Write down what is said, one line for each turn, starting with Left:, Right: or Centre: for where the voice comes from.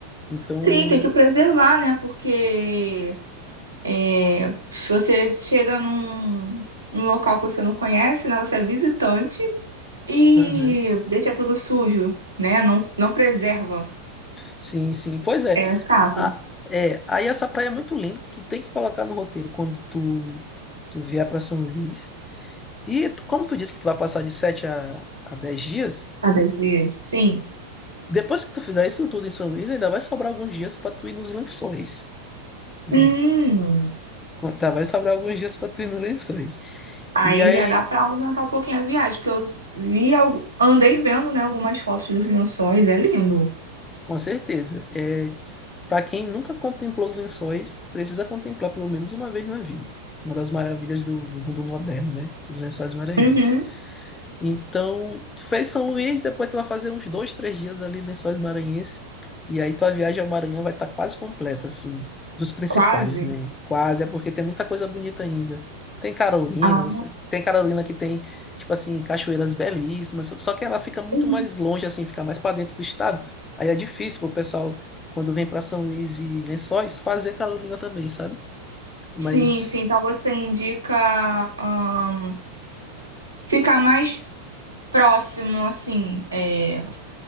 Left: Então.
Right: sim, tem que preservar, né, porque É, se você chega num, num local que você não conhece, né? Você é visitante e
Left: aham.
Right: deixa tudo sujo, né? Não, não preserva.
Left: Sim, sim. Pois é.
Right: É chato.
Left: A- é. Aí essa praia é muito linda, tu tem que colocar no roteiro quando tu, tu vier para São Luís. E tu- como tu disse que tu vai passar de 7 a, a 10 dias,
Right: Tá dez dias. Sim.
Left: depois que tu fizer isso tudo em São Luís, ainda vai sobrar alguns dias para tu ir nos lençóis, né?
Right: Hum,
Left: Com- Tá, vai sobrar alguns dias para tu ir nos lençóis.
Right: aí
Left: E aí,
Right: já dá pra aumentar um pouquinho a viagem, porque eu vi, algu- andei vendo, né, algumas fotos dos lençóis, é lindo.
Left: com certeza, é, para quem nunca contemplou os lençóis, precisa contemplar pelo menos uma vez na vida. Uma das maravilhas do, do mundo moderno, né? Os lençóis maranhenses.
Right: Uhum,
Left: Então, tu fez São Luís, depois tu vai fazer uns dois, três dias ali em Lençóis Maranhenses, e aí tua viagem ao Maranhão vai estar quase completa, assim, dos principais,
Right: quase.
Left: né? Quase, é porque tem muita coisa bonita ainda. Tem Carolina,
Right: Ah,
Left: não sei- se- tem Carolina que tem, tipo assim, cachoeiras belíssimas, só que ela fica muito
Right: uhum.
Left: mais longe, assim, fica mais para dentro do estado. Aí é difícil pro pessoal, quando vem para São Luís e Lençóis, fazer Carolina também, sabe? Mas,
Right: Sim, sim. Então você indica ahn, ficar mais próximo, assim, é,